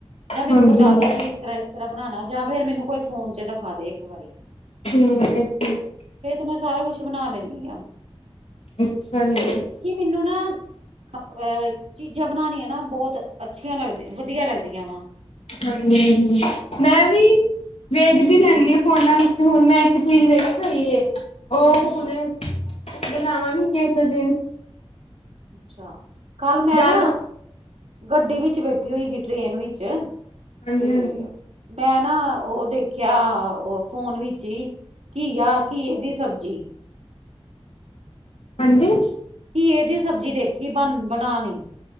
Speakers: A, on the right; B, on the left.
A: ਜਾਂ ਮੈਨੂੰ
B: ਹਾਂਜੀ-ਹਾਂਜੀ।
A: ਬਤਾ ਦੇ ਵੀ ਇਸ ਤਰ੍ਹਾਂ ਇਸ ਤਰ੍ਹਾਂ ਬਣਾਉਣਾ, ਜਾਂ ਫਿਰ ਮੈਨੂੰ ਕੋਈ ਫੋਨ ਚ ਦਿਖਾ ਦੇ ਇੱਕ ਵਾਰੀ।
B: ਠੀਕ ਹੈ ਜੀ
A: ਫਿਰ ਤੇ ਮੈਂ, ਸਾਰਾ ਕੁੱਛ ਬਣਾ ਲੈਂਨੀ ਆਂ।
B: ਅੱਛਾ ਜੀ
A: ਮੈਨੂੰ ਨਾ ਅਹ ਚੀਜ਼ਾਂ ਬਣਾਉਣੀਆਂ ਨਾ ਬਹੁਤ ਅੱਛੀਆਂ ਲੱਗਦੀਆਂ, ਵਧੀਆ ਲੱਗਦੀਆਂ। ਵਧੀਆ ਵਾ
B: ਹਾਂਜੀ ਹਾਂਜੀ, ਮੈਂ ਵੀ ਵੇਖਦੀ ਰਹਨੀ ਆ ਫੋਨਾਂ ਵਿੱਚ, ਹੁਣ ਮੈਂ ਇੱਕ ਚੀਜ਼ ਵੇਖੀ ਹੋਈ ਹੈ। ਉਹ
A: ਹਮ
B: ਹੁਣ ਬਣਾਵਾਂਗੀ ਕਿਸੇ ਦਿਨ
A: ਅੱਛਾ, ਕੱਲ ਮੈਂ
B: ਯਾਦ
A: ਨਾ ਗੱਡੀ ਵਿੱਚ ਬੈਠੀ ਹੋਈ ਸੀ, ਟ੍ਰੇਨ ਵਿੱਚ
B: ਹਾਂਜੀ
A: ਤੇ
B: ਹਾਂਜੀ
A: ਮੈਂ ਨਾ ਉਹ ਦੇਖਿਆ ਉਹ ਫੋਨ ਵਿੱਚ ਹੀ, ਘੀਆ, ਘੀਏ ਦੀ ਸਬਜ਼ੀ।
B: ਹਾਂਜੀ
A: ਘੀਏ ਦੀ ਸਬਜ਼ੀ ਦੇਖੀ, ਬਣਾਣੀ।